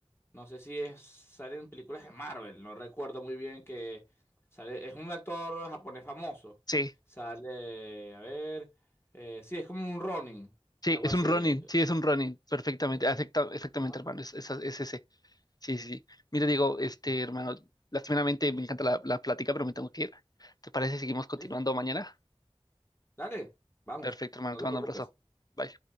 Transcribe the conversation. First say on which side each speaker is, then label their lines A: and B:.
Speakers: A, on the left; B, on the left.
A: no sé si es, sale en películas de Marvel, no recuerdo muy bien que sale, es un actor japonés famoso.
B: sí,
A: Sale, a ver, eh, sí, es como un Ronin,
B: sí,
A: algo
B: es
A: así.
B: un Ronin,
A: eh.
B: sí, es un Ronin, perfectamente, afecta- exactamente,
A: Ajá,
B: hermano, es, es- es ese. Sí, sí. sí. Mira, digo, este, hermano, lastimeramente me encanta la, la plática, pero me tengo que ir. ¿Te parece? si Seguimos continuando
A: Listo.
B: mañana.
A: Dale, vamos,
B: Perfecto, hermano,
A: no
B: te
A: te
B: mando
A: preocupes.
B: un abrazo. Bye.